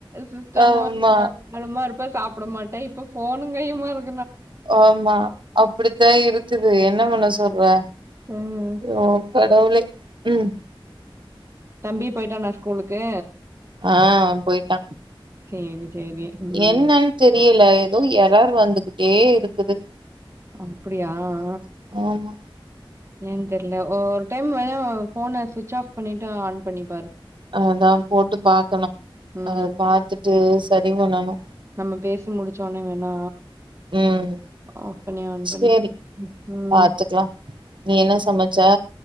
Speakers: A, on the right; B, on the right.
A: சிஸ்டம்
B: ஆமா
A: <inaudible> இருப்ப சாப்ட மாட்ட இப்ப போனுங் கையுமா இருக்
B: ஆமா அப்புடித்தா இருக்குது என்ன பண்ண சொல்ற
A: ம் ம்
B: ஓ கடவுளே ம்
A: தம்பி பொயிட்டானா ஸ்கூலுக்கு
B: ஆ போய்ட்டா
A: சேரி சேரி ம்
B: என்னன் தெரியல ஏதோ எரர் வந்துக்குட் டே இருக்குது
A: அப்புடியா ஆ
B: ஆமா
A: ஏன் தெர்ல ஓ ஒர் டைம் வேணா ஃபோன சுவிட்ச்சாஃப் பண்ணிட்டு ஆன் பண்ணிப் பாரு
B: அதா போட்டு பாக்கணு
A: ம்
B: அத பாத்துட்டு ச ரி பண்ணனு
A: நம்ம பேசி முடிச்சோன்னே வேணா
B: ம்
A: ஆஃப் பண்ணி ஆன் பண்ணி
B: சேரி
A: ம் ம்
B: பாத்துக்லா நீ என்ன சமச்ச